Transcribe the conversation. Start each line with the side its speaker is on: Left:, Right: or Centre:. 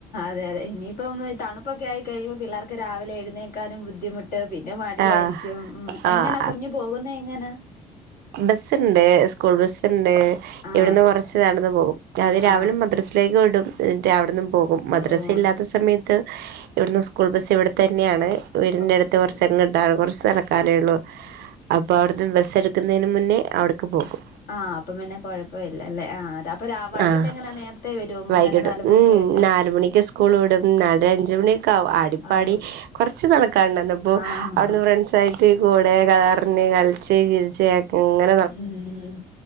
Left: അതെതെ ഇനീപ്പം തണുപ്പൊക്കെ ആയി കഴുമ്പോ പിള്ളേർക്ക് രാവിലെ എഴുന്നേക്കാനും ബുദ്ധിമു ട്ട് പിന്നെ മടിയാരിക്കും
Right: ആഹ്
Left: ഉം
Right: ആഹ്
Left: എങ്ങനാ കുഞ്ഞ് പോകുന്നെയെങ്ങനാ
Right: ബസ്സ്ണ്ട് സ്കൂൾ ബസ്സ്ണ്ട്
Left: ആഹ്
Right: ഇവിട്ന്ന് കൊർച്ച് നടന്ന് പോകും അതിരാവിലെ
Left: ആഹ്
Right: മദ്രസ് ലേക്ക് വിടും എൻറ്റ് അവ്ട്ന്നും പോകും മദ്രസ
Left: ഓഹ്
Right: ഇല്ലാത്ത സമയത്ത് ഇവ്ടുന്ന് സ്കൂൾ ബസ് ഇവിടത്തന്നെയാണ് വീടിന്റട്ത്ത്
Left: ഓഹ് ശരി
Right: കൊർച്ച് കൊർച്ച് നടക്കാനേള്ളൂ അപ്പൊ അവ്ട്ന്ന് ബസെടുക്കുന്നേന് മുന്നേ അവ്ട്ക്ക് പോകും
Left: ആഹ് അപ്പം പിന്നെ കൊഴപ്പവില്ലല്ലേ ആഹ് അപ്പൊ രാ വൈകിട്ട്
Right: ആഹ്
Left: എങ്ങനെ നേരത്തെ വരുവോ മൂന്നര
Right: വൈകീട്ട്
Left: നാല് മണിക്കൊക്കെ
Right: ഉം നാലുമണിക്കെ സ്കൂൾ വിടും നാലര അഞ്ചുമണി ക്കാവും ആടിപ്പാടി
Left: ആഹ്
Right: കൊർച്ച് നടക്കാണ്ടാന്നപ്പോ
Left: ആഹ്
Right: അവ്ട്ന്ന് ഫ്രണ്ട്സായി കൂടെ കഥർഞ്ഞി കളിച്ച് ചിരിച്ച് ഒക്കെങ്ങനെ
Left: ഉം